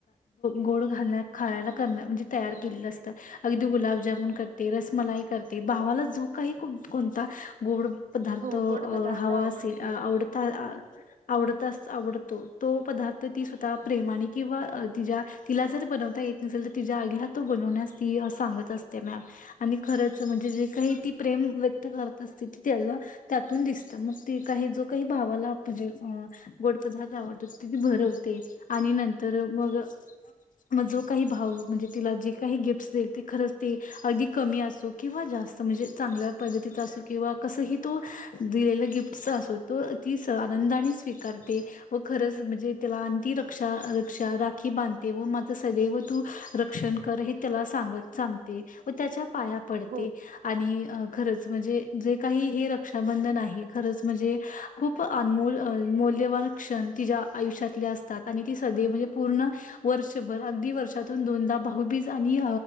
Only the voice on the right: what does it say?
हो गोड पदार्थ
आवडतो
हो